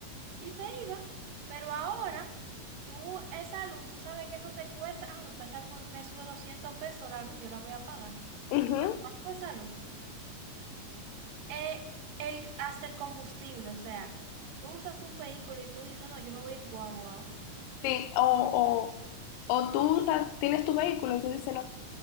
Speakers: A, on the right; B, on the left.
A: y te iba, pero ahora tú esa luz, tú sabes que eso te cuesta, ah, me, pesa- me sube 200 pesos la luz, yo la voy a pagar.
B: Ujú.
A: Yo apago esa luz. eh, el, hasta el combustible, o sea, tú usas un vehículo y tú dices, no, yo me voy en guagua hoy.
B: Sí, o, o, o tú ta- tienes tu vehículo y tú dices, no,